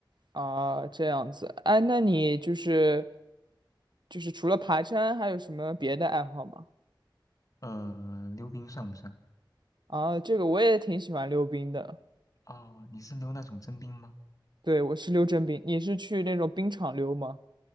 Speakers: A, on the right; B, on the left.
A: 啊这样子。哎，那你就是就是除了爬山，还有什么别的爱好吗？
B: 呃，溜冰算不算？
A: 啊，这个我也挺喜欢溜冰的。
B: 哦，你是溜那种真冰吗？
A: 对，我是溜真冰，你是去那种冰场溜吗？